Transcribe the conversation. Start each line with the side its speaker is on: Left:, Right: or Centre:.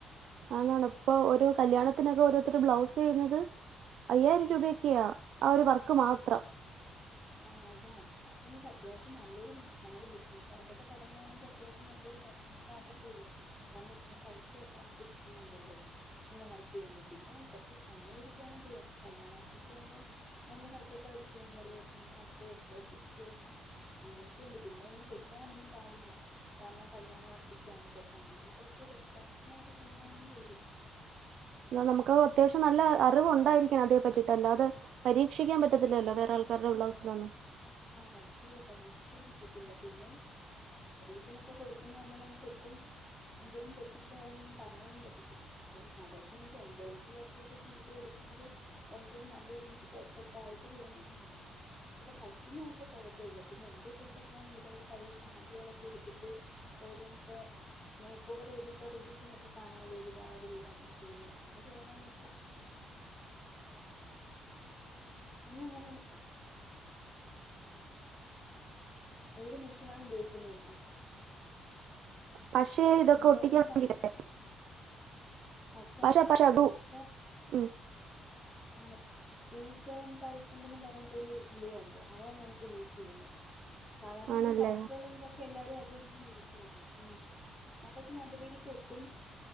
Right: ആണാണ് ഇപ്പൊ ഒരു കല്യാണത്തിനൊക്കെ ഓരോത്തര് ബ്ലൗസെയ്യുന്നത് അയ്യായിരം രൂപയ്ക്ക്യാ ആ ഒരു വർക്ക് മാത്രം
Left: ആഹ് അതാ അപ്പനി അത്യാവശ്യം നല്ലൊരു നമ്മള് ബിസിനസ്സായിട്ടൊക്കെ തൊടങ്ങുവാണെങ്കി അത്യാവശ്യം നല്ലൊ രു വരുമാനമാർഗ്ഗംകൂടിയ കാര്ണം ഇത്രേം പൈസയൊക്കെ നമുക്ക് കിട്ടുന്നൊണ്ടല്ലോ ഇങ്ങനെവർക്കേയ്യുന്നത് പിന്നെ കൊർച്ച് സമയം എടുത്തുവേണം ചെയ്യാൻ കല്യാണ വർക്കൊക്കെ ആവുമ്പോ നല്ല വർ ക്കക്കെ എവര് ചെയ്യാൻ പറയും അപ്പനമ്മൾ അത്രേം എഫേർടിട്ട് ചെയ്യണം അങ്ങനൊക്കെയുണ്ട് പിന്നെ ഒന്നും തെറ്റാനൊന്നും പാടില്ല കാര്ണം കല്യാണവർകൊക്ക്യാവുമ്പൊ അങ്ങനെ കൊർച്ച് റെസ്പോൺസിബിളായിട്ട് ചെയ്യണോന്നെ ഒള്ളു
Right: എന്നാ നമുക്ക് അത്യാവശ്യം നല്ല അറിവ് ഒണ്ടായിരിക്കണം അതിനെ പറ്റീട്ട് അല്ലാതെ പരീക്ഷിക്കാൻ പറ്റാത്തില്ലല്ലോ വേറാൾ ര്ടെ ബ്ലൗസിലൊന്നും
Left: <unintelligible> പരീക്ഷിക്കാൻ പറ്റത്തില്ല പിന്നെ <unintelligible> കൊടുക്കുന്നയാമ്പൊ നമുക്ക് ഒട്ടും എന്തേലും തെറ്റിപ്പോയാലൊന്നും പറയാനും പറ്റത്തില്ല അപ്പം അതൊക്കെ എനിക്ക് എമ്പ്രോയ്ടറി വർക്കൊക്കെ ചെയ്ത് കൊട്- കൂടി കുർച്ചൂടി നല്ല രീതിക്ക് പെർഫെക്ട് ആയിട്ട് ചെയ്യണോന്നുണ്ട് <unintelligible> പിന്നെ എക്കെ കുഴപ്പില്ല പിന്നെ എന്റെ <unintelligible> പഴേസാരികളൊക്കെ എടുത്തിട്ട് ഓരോന്നക്കെ മേക്ക്ഓവറെയ്തിപ്പൊ റീൽസിനെക്കെ കാണാലൊ ഒരുപാട് പേര് അങ്ങനെ ചെയ്യുന്ന അങ്ങനെ ചെയ്യണോന്നൊണ്ട് ഇനിയങ്ങനെങ്ങ- ഏത് മെഷിനാണ് ഉപയോയിക്കുന്നേന്നൊ
Right: പശേ ഇതൊക്കെ
Left: എന്തായാലും
Right: ഒട്ടിക്കാൻ
Left: നീ പറഞ്ഞെ
Right: <unintelligible>
Left: പശ
Right: പക്ഷെ
Left: ആഹ്
Right: പക്ഷെ അതു
Left: പശ
Right: ഉം
Left: ആഹ് ഡി സെവൻ തൗസന്റെന്ന് പറഞ്ഞിട്ടരു ഗ്ലൂ ഉണ്ട് അതാഞാനിപ്പൊ യൂസെയ്യുന്നെ സാധാരണ
Right: ആണല്ലേ
Left: ഞാൻ കണ്ടിട്ടുള്ള എല്ലാരും അത് തെന്നെയ യൂസെയ്ന്നെ ഉം ആ പക്ഷെ നല്ല രീതിക്കൊട്ടും